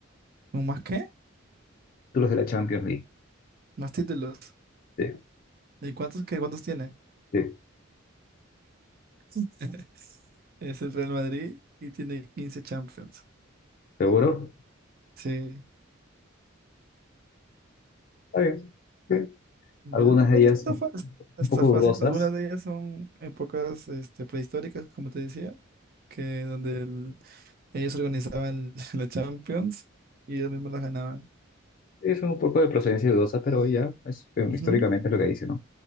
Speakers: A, on the right (about 50°); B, on the left (about 45°).
A: ¿Un más qué?
B: Títulos de la Champions League.
A: Más títulos.
B: Sí,
A: ¿Y cuántos qué? ¿Cuántos tiene?
B: sí.
A: <laughs> Es el Real Madrid y tiene 15 Champions.
B: ¿Seguro?
A: Sí,
B: Está bien. Sí.
A: Ya,
B: Algunas
A: bueno,
B: de ellas
A: está,
B: son
A: fa- está
B: un poco
A: fácil.
B: dudosas.
A: Algunas de ellas son épocas este, prehistóricas, como te decía, que donde el- ellos organizaban <laughs> la Champions y ellos mismos las ganaban.
B: Sí, son un poco de procedencia dudosa, pero ya es, eh,
A: Ujú.
B: históricamente es lo que dice, ¿no?